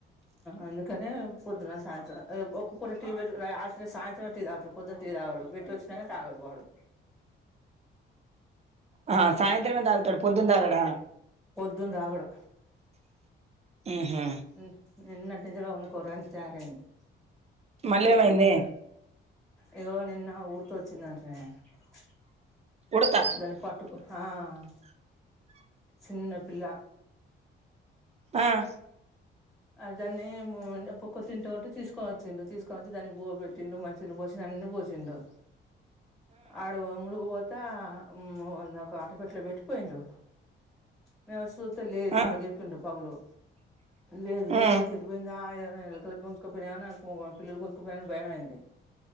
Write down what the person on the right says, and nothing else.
ఆ సాయంత్రమే తాగుతాడు పొద్దున తాగడా
ఉహు
మళ్ళెమైందే?
ఉడత
ఆఁ
<inaudible>
ఆ
ఆ